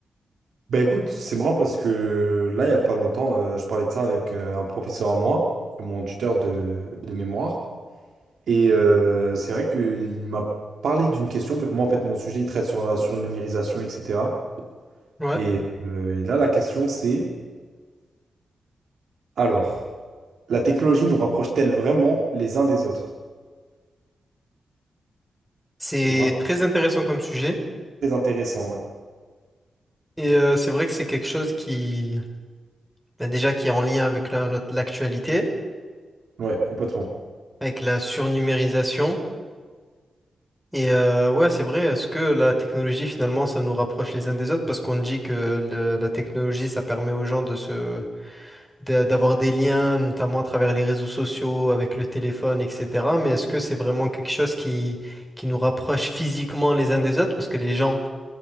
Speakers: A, on the right (about 75°); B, in the centre.
A: Bah écoute, c'est marrant parce que là, il n'y a pas longtemps, euh, je parlais de ça avec euh, un professeur à moi, mon tuteur de, de mémoire. Et euh, c'est vrai qu'il m'a parlé d'une question, vu que moi, en fait, mon sujet, il traite sur la surnumérisation, etc.
B: Ouais.
A: Et, euh, et là, la question, c'est, alors, la technologie nous rapproche-t-elle vraiment les uns des autres?
B: C'est
A: Tu vois?
B: très intéressant comme sujet
A: Très intéressant, ouais.
B: et euh, c'est vrai que c'est quelque chose qui, ben déjà, qui est en lien avec la- notre- l'actualité.
A: Ouais, complètement.
B: avec la surnumérisation. Et euh, ouais, c'est vrai, est-ce que la technologie, finalement, ça nous rapproche les uns des autres? Parce qu'on dit que le- la technologie, ça permet aux gens de se, d'a- d'avoir des liens, notamment à travers les réseaux sociaux, avec le téléphone, etc. Mais est-ce que c'est vraiment quelque chose qui, qui nous rapproche physiquement les uns des autres? Parce que les gens,